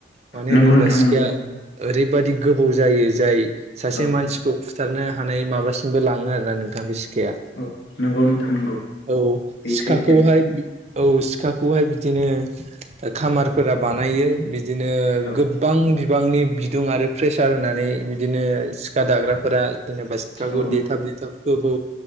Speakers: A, on the right; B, on the left.
A: मानो
B: नंगौ
A: होनोब्ला
B: नोंथां
A: सिखाया
B: नंगौ
A: ओरैबादि गोबौ जायो जाय सासे
B: औ
A: मानसिखौ खुथारनो। हानाय माबासिमबो लाङो आरोना नोंथां बे सि खाया
B: औ नंगौ नोंथां नंगौ
A: औ
B: बे
A: सिखाखौहाय
B: सैथो
A: औ सिखाखौहाय बिदिनो खामारफोरा बानायो बि दिनो
B: औ
A: गोबां बिबांनि बिदुं आरो प्रेसार होनानै बिदिनो सिखा दाग्रा फोरा जेनेबा सिखाखौ
B: औ
A: देथाब देथाब गोबौ